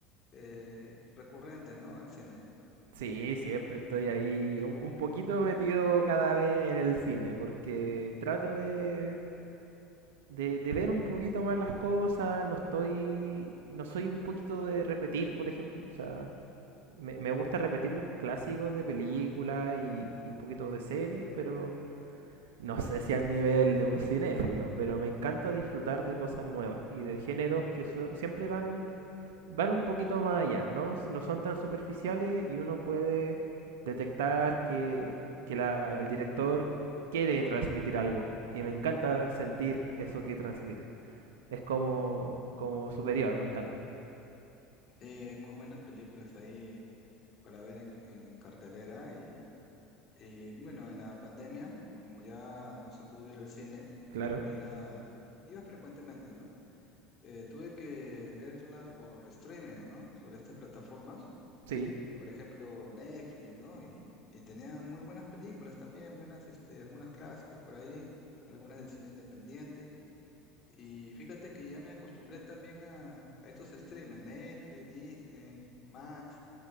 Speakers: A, on the left (about 40°); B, on the right (about 75°).
A: eh, recurrente, ¿no? Al cine.
B: sí, siempre estoy ahí un, un poquito metido cada vez en el cine, porque trato de, de, de ver un poquito más las cosas, no estoy, no soy un poquito de repetir, por ejemplo, o sea, me, me gusta repetir los clásicos de películas y, y un poquito de series, pero no sé si al nivel de un cinéfilo, pero me encanta disfrutar de cosas nuevas y de géneros que so- siempre van, van un poquito más allá, ¿no? No son tan superficiales y uno puede detectar que, que la- el director quiere transmitir algo y me encanta sentir eso que transmite es como, como superior, me encanta.
A: Sí, hay muy buenas películas ahí para ver en, en cartelera y Eh, bueno, en la pandemia, como ya no se pudo ir al cine,
B: Claro.
A: porque yo era, iba frecuentemente, ¿no? Eh, tuve que verlas por streaming, ¿no? Sobre estas plataformas,
B: Sí,
A: por ejemplo, Netflix, ¿no? Y, y tenían muy buenas películas también, buenas, este, algunas clásicas por ahí, algunas de cine independiente. Y fíjate que ya me acostumbré también a, a estos streaming, Netflix, Disney, Max.